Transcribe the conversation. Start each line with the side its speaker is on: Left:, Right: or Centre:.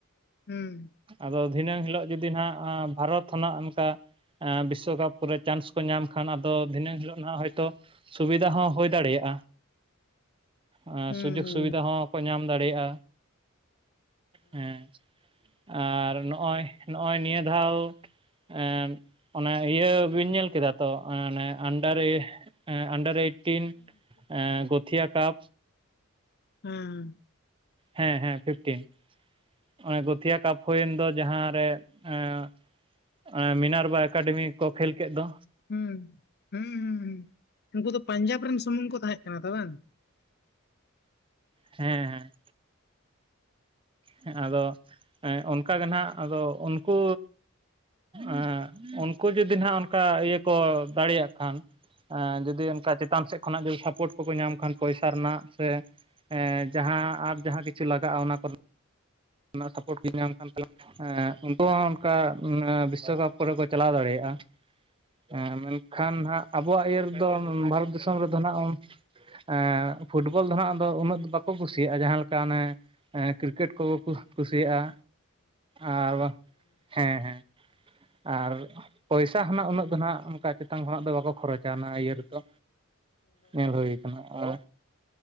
Left: ᱦᱩᱸ
Right: ᱟᱫᱚ ᱫᱷᱤᱱᱟᱹᱝ ᱦᱤᱞᱳᱜ ᱡᱩᱫᱤ ᱦᱟᱸᱱᱟᱜ ᱵᱷᱟᱨᱚᱛ ᱠᱷᱚᱱᱟᱜ ᱚᱱᱠᱟ, ᱵᱤᱥᱥᱚᱠᱟᱯ ᱠᱚᱨᱮ ᱪᱟᱱᱥ ᱠᱚ ᱧᱟᱢ ᱠᱷᱟᱱ ᱟᱫᱚ ᱫᱷᱤᱱᱟᱹᱝ ᱦᱤᱞᱳᱜ ᱱᱟᱜ ᱦᱚᱭᱛᱚ ᱥᱩᱵᱤᱫᱷᱟ ᱦᱚᱸ ᱦᱩᱭ ᱫᱟᱲᱮᱭᱟᱜᱼᱟ᱾ ᱮ
Left: ᱦᱩᱸ
Right: ᱥᱩᱡᱳᱜᱽ
Left: ᱦᱩᱸ
Right: ᱥᱩᱵᱤᱫᱷᱟ ᱦᱚᱸᱠᱚ ᱧᱟᱢ ᱫᱟᱲᱮᱭᱟᱜᱼᱟ᱾ ᱦᱮᱸ ᱟᱨ ᱱᱚᱜᱼᱚᱭ ᱱᱚᱜᱼᱚᱭ ᱱᱤᱭᱟᱹ ᱫᱷᱟᱣ, ᱮᱱ ᱤᱭᱟᱹ ᱵᱤᱱ ᱧᱮᱞ ᱠᱮᱫᱟ ᱛᱚ ᱚ-ᱱᱮ ᱟᱱᱰᱟᱨ ᱮ ᱮᱸ ᱟᱱᱰᱟᱨ ᱮᱭᱤᱴᱤᱱ ᱮᱸ ᱜᱳᱛᱷᱤᱭᱟ ᱠᱟᱯ᱾
Left: ᱦᱩᱸ᱾
Right: ᱦᱮᱸ ᱦᱮᱸ ᱯᱷᱤᱯᱴᱤᱱ᱾ ᱚᱱᱮ ᱜᱳᱛᱤᱭᱟ ᱠᱟᱯ ᱦᱩᱭᱳᱮᱱ ᱫᱚ ᱡᱟᱦᱟᱸᱨᱮ ᱮᱸ ᱮᱸ ᱢᱮᱱᱟᱨ ᱵᱟᱭ ᱮᱠᱟᱰᱮᱢᱤ ᱠᱚ ᱠᱷᱮᱞ ᱠᱮᱫ ᱫᱚ?
Left: ᱦᱩᱸ, ᱦᱩᱸ ᱦᱩᱸ ᱦᱩᱸ, ᱩᱱᱠᱩ ᱫᱚ ᱯᱟᱧᱡᱟᱵᱽ ᱨᱮᱱ ᱥᱩᱢᱩᱝ ᱠᱚ ᱛᱟᱦᱮᱸᱜ ᱠᱟᱱᱟ ᱛᱚ ᱵᱟᱝ?
Right: ᱦᱮᱸ ᱦᱮᱸ᱾ ᱦᱮᱸ ᱟᱫᱚ ᱚᱱᱠᱟ ᱜᱮ ᱱᱟᱦᱟᱜ ᱟᱫᱚ ᱩᱱᱠᱩ ᱮᱸ ᱩᱱᱠᱩ ᱡᱩᱫᱤ ᱱᱟᱦᱟᱜ ᱚᱱᱠᱟ ᱤᱭᱟ ᱠᱚ ᱫᱟᱲᱮᱭᱟᱜ ᱠᱷᱟᱱ᱾ ᱮᱸ ᱡᱩᱫᱤ ᱚᱱᱠᱟ ᱪᱮᱛᱟᱱ ᱥᱮᱫ ᱠᱷᱚᱱᱟᱜ ᱡᱩᱫᱤ ᱥᱟᱯᱳᱨᱴ ᱠᱚᱠᱚ ᱧᱟᱢ ᱠᱷᱟᱱ ᱯᱚᱭᱥᱟ ᱨᱮᱱᱟᱜ ᱥᱮ ᱮᱸ ᱡᱟᱦᱟᱸ ᱟᱨ ᱡᱟᱦᱟᱸ ᱠᱤᱪᱷᱩ ᱞᱟᱜᱟᱜᱼᱟ ᱚᱱᱟ ᱠᱚᱨᱮ ᱱᱟᱜ ᱥᱟᱯᱨᱚᱴ <inaudible> ᱛᱟᱞᱦᱮ ᱮᱸ ᱩᱱᱠᱩ ᱦᱚᱸ ᱚᱱᱠᱟ ᱮᱸ ᱵᱤᱥᱥᱚᱠᱟᱯ ᱠᱚᱨᱮ ᱠᱚ ᱪᱟᱞᱟᱣ ᱫᱟᱲᱮᱭᱟᱜᱼᱟ᱾ ᱮᱸ ᱢᱮᱱᱠᱷᱟᱱ ᱦᱟᱸᱜ ᱟᱵᱚᱣᱟᱜ ᱤᱭᱟᱹ ᱨᱮᱫᱚ ᱩᱸ ᱵᱷᱟᱨᱚᱛ ᱫᱤᱥᱚᱢ ᱨᱮᱫᱚ ᱱᱟᱦᱟᱜ ᱩᱱ ᱮᱸᱜ ᱯᱷᱩᱴᱵᱚᱞ ᱫᱚ ᱱᱟᱦᱟᱜ ᱟᱫᱚ ᱩᱱᱟᱹᱜ ᱫᱚ ᱵᱟᱠᱚ ᱠᱩᱥᱤᱭᱟᱜ-ᱟ ᱡᱟᱦᱟᱸ ᱞᱮᱠᱟ ᱚᱱᱮ ᱮᱸ ᱠᱨᱤᱠᱮᱴ ᱠᱚᱠᱚ ᱠᱩ ᱠᱩᱥᱤᱭᱟᱜ-ᱟ ᱟᱨ ᱵᱟᱷ, ᱦᱮᱸ ᱦᱮᱸ ᱟᱨ ᱯᱚᱭᱥᱟ ᱦᱚᱸ ᱱᱟᱜ ᱩᱱᱟᱹᱜ ᱫᱚ ᱱᱟᱜ ᱚᱱᱠᱟ ᱪᱮᱛᱟᱱ ᱠᱷᱚᱱᱟᱜ ᱫᱚ ᱵᱟᱠᱚ ᱠᱷᱚᱨᱚᱪᱟ ᱚᱱᱟ ᱤᱭᱟᱹ ᱨᱮᱫᱚ, ᱧᱮᱞ ᱦᱩᱭ ᱠᱟᱱᱟ ᱟᱨ